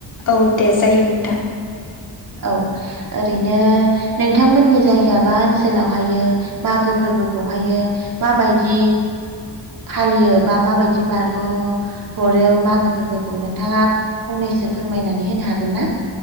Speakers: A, on the left; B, on the right.
A: औ दे जायो नोंथां।
B: औ ओरैनो नोंथांमोननि जायगा बा ओनसोलावहायो मागो फोरबोखौहायो माबायदि फालियो बा माबायदि बारग' हरो मागो फोरबोखौ नोंथाङा फंनैसो फोरमायनानै होनो हागोन ना?